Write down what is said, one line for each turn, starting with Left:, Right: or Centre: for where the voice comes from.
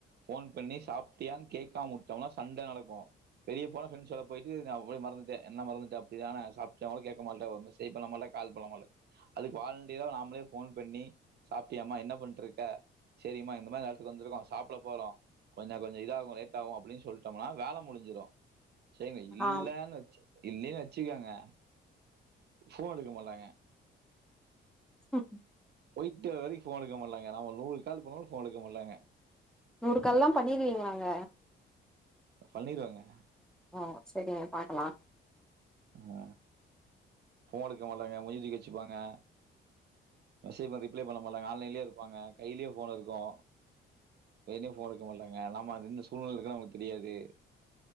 Right: ஃபோன் பண்ணி சாப்டியான் கேக்காம உட்டோனா சண்ட நடக்கு வெளிய போனா ஃப்ரெண்ஸ்ஸோட போயிட்டு நா அவளையே மறந்துட்ட என்ன மறந்துட்ட அப்டிதான சாப்டியானு கூட கேக்க மாட் மெசேஜ் பண்ண முடில கால் பண்ண முடில அதுக்கு வாலண்டிய நாமளே போன் பண்ணி சாப்பிட்டியாம என்ன பண்ட்டு இருக்க சரிம்மா இந்த மாரி நேரத்துக்கு வந்து இருக்கோம் சாப்பிட போறோம் கொஞ்சம் கொஞ்சம் இதாகும் லேட் ஆகும் அப்படின்னு சொல்லிட்டோம்னா வேல முடிஞ்சிடும் சரிங்க இல்லன்னு
Centre: ஆ
Right: வச்சி இல்லன்னு வச்சுக்கோங்க போன் எடுக்கமாட்டாங்க
Centre: <inaudible>
Right: போயிட்டு வர வரைக்கும் போன் எடுக்க முடிலங்க நம்ம நூறு கால் போண்ணாலும் போன் எடுக்க முடிலங்க
Centre: நூறு கால்லாம் பண்ணிருவீங்களாங்க
Right: பண்ணிருவேங்க
Centre: ஆ செரிங்க பாக்கலாம்
Right: ஆ போன் எடுக்க மாட்டாங்க மூஞ்ச தூக்கி வச்சுப்பாங் ஆ மெஸ்ஸேஜ் பாத்து ரிப்ளே பன்ன மாட்டாங்க ஆன்லைன்லே இருப்பாங்க கைலே ஃபோனு இருக்கும் வேனே ஃபோன் எடுக்க மாட்டாங்க நம்ம இந்த சூல்நிலயில இருக்கோனு அவங்களுக்கு தெரியாது